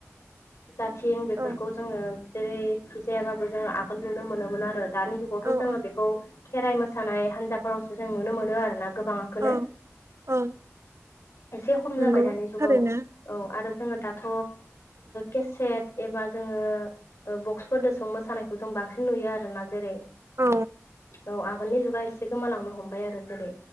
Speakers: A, on the left; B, on the right.
A: जाथिं बेफोरखौ
B: औ
A: जोंङो जेरैखि जायाबाबो जोंङो आगोल नुनो मोनोमोन आरो दानि जुगावथ
B: औ
A: जोंङो बेखौ खेराइ मोसानाय हान्जाफोरावसो जों नुनो मोनो आरो ना गोबांखौनो
B: औ औ
A: एसे खम जाबाय
B: नंगौ
A: दानि जुगाव
B: थारैनो
A: औ आरो जोंङो दाथ केसेट एबा जोंङो बक्सफोरजों मोसानायखौ जों बांसिन नुयो आरोना जेरै
B: औ
A: औ आगोलनि जुगा एसे गोमालांनो हमबाय आरो जेरै